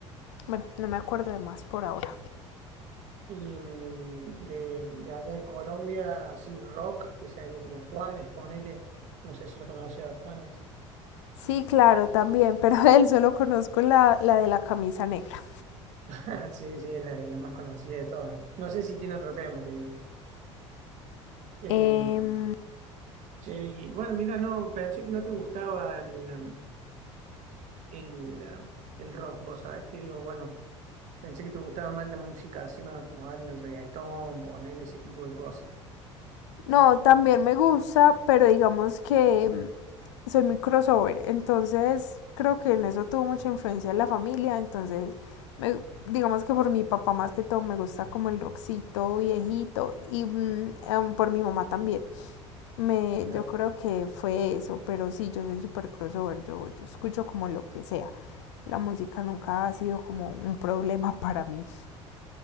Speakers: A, on the left; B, on the right.
A: bueno, no me acuerdo de más por ahora.
B: y mm, de, de allá de Colombia, así rock, que sería como Juanes, ponele. No sé si lo conoces a Juanes.
A: Sí, claro, también, <laughs> pero él solo conozco la, la de la camisa negra.
B: <laughs> Sí, sí, es la, la más conocida de todas. No sé si tiene otro tema. te digo. Eh,
A: Em,
B: Che, y bueno, mira, no, pensé que no te gustaba el, um, el, um, el rock, vos sabés que digo, bueno, pensé que te gustaba más la música así más moderna, el reggaetón, poner ese tipo de cosas.
A: No, también me gusta, pero digamos que mm, soy muy crossover, entonces creo que en eso tuvo mucha influencia en la familia, entonces me- digamos que por mi papá más que todo me gusta como el rockcito viejito y mm, em, por mi mamá también. Me,
B: Claro,
A: yo creo que fue eso, pero sí, yo soy súper crossover, yo, yo escucho como lo que sea. La música nunca ha sido como un problema <laughs> para mí.